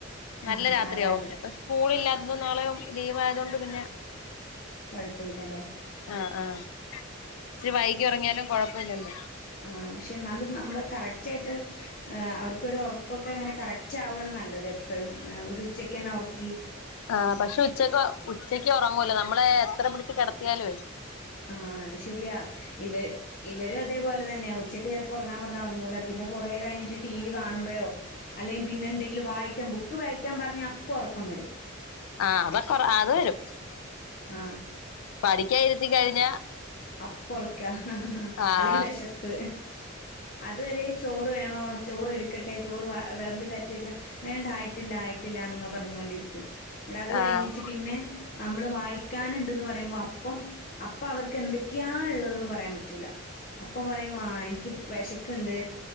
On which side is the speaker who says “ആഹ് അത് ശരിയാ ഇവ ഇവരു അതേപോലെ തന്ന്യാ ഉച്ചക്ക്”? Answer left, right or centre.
Left